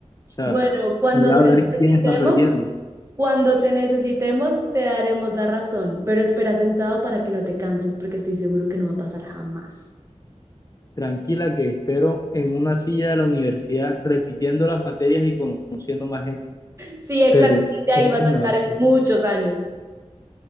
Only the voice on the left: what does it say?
O sea,
mira
a ver
quién está perdiendo.
Tranquila que espero en una silla de la universidad repitiendo las materias y conociendo más gente.
Pero
eso
me
va a hacer.